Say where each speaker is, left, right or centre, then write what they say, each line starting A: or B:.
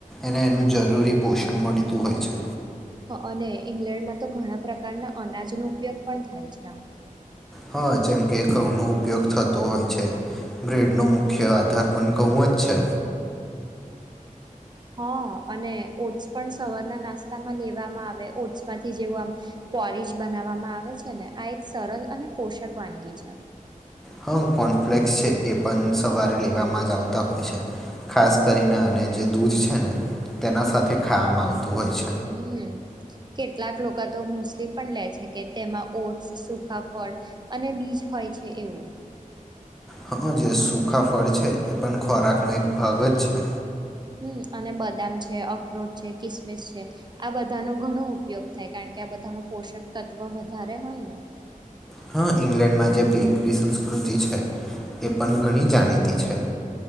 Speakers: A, in the centre; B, on the right.
A: એને એનું જરૂરી પોષણ મળતુ હોય છે.
B: અને ઈંગ્લેન્ડમા તો ઘણા પ્રકારના અનાજનો ઉપયોગ પણ થાય છે આમ.
A: હા જેમ કે ઘઉં નો ઉપયોગ થતો હોય છે, બ્રેડ નો મુખ્ય આધાર પણ ઘઉં જ છે.
B: હા અને ઓટ્સ પણ સવારના નાસ્તામા લેવામા આવે ઓટ્સ માંથી, જેવું આમ પોરીજ બનાવવામા આવે છે ને આ એક સરલ અને પોષક વાનગી છે.
A: હા કોનફ્લેક્સ છે એ પણ સવારે લેવામા જ આવતા હોય છે, ખાસ કરીને અને જે દૂધ છે ને. તેના સાથે ખાવામા આવતુ હોય છે.
B: હમ, કેટલાક લોકો તો મુસ્લી પણ લે છે કે તેમા ઓટ્સ સુખા ફ ળ, અને બીજ હોય છે એવું.
A: હા જે સુખા ફળ છે એ પણ ખોરાકનો એક ભાગ જ છે.
B: હમ અને બદામ છે અખરોટ છે કિસમિસ છે, આ બધાનો ઘણો ઉપયોગ થાય કારણ કે આ બધામા પોષક તત્વ વધારે હોય ને.
A: હા ઈંગ્લેન્ડમા જે બેકરી સંસ્કૃતિ છે. એ પણ ઘણી જાણીતી છે.